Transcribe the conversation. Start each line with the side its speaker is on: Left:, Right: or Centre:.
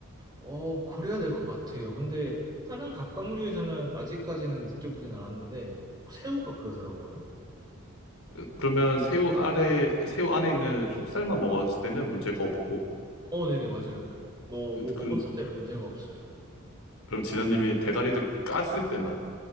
Right: 어, 그래야 될 것 같아요. 근데 다른 갑각류에서는 아직까지는 느껴보진 않았는데 꼭 새우가 그러더라고요.
Left: 으, 그러면 새우 아래 새우 안에 있는 속살만 먹었을 때는 문제가 없고
Right: 어, 네네, 맞아요. 뭐, 음. 뭐
Left: 그럼
Right: 먹었을 때는 문제가 없어요.
Left: 그럼 진원님이 대가리를 깠을 때만